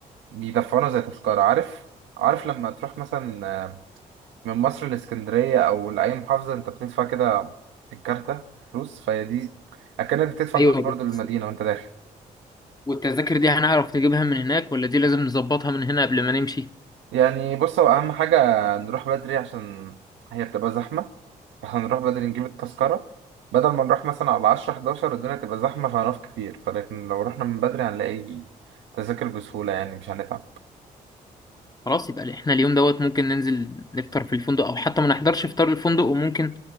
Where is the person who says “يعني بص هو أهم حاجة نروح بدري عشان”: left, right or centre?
Right